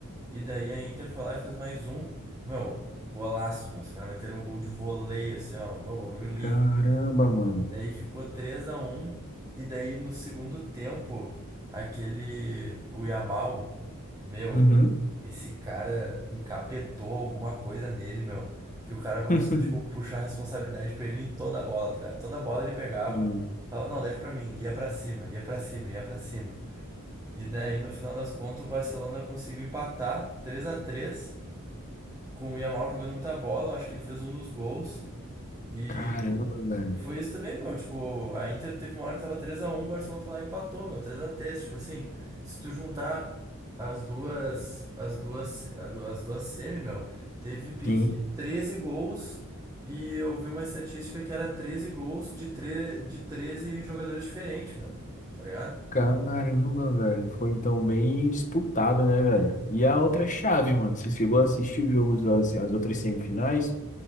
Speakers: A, on the right; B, on the left.
A: E daí a Inter foi lá e fez mais um. Meu, golaço, meu. Os caras meteram um gol de voleio, assim, ó. Bom, bagulho lindo.
B: Caramba, mano.
A: Daí ficou 3 a um e daí no segundo tempo, aquele o Yamal, meu,
B: Uhum.
A: esse cara encapetou alguma coisa nele, meu, que o cara começou
B: <laughs>
A: tipo puxar a responsabilidade pra ele em toda a bola, tá ligado? Toda bola ele pegava,
B: Sim.
A: falava, não, deixa pra mim, ia pra cima, ia pra cima, ia pra cima. E daí no final das contas o Barcelona conseguiu empatar 3 a 3 com o Yamal jogando muita bola, acho que ele fez um dos gols. E,
B: Caramba, velho.
A: e foi isso também, meu. Tipo, a Inter teve uma hora que tava três a um o Barcelona foi lá e empatou, meu, três a três Tipo assim, se tu juntar as duas, as duas, a du- as duas semi, meu, teve pique
B: Sim.
A: 13 gols. E eu vi uma estatística que era 13 gols de, tre de 13 jogadores diferentes, meu. Tá ligado?
B: Caramba, velho. Foi então bem disputado, né, velho? E a outra chave, mano? Você chegou a assistir os jogos, as, as outras semifinais?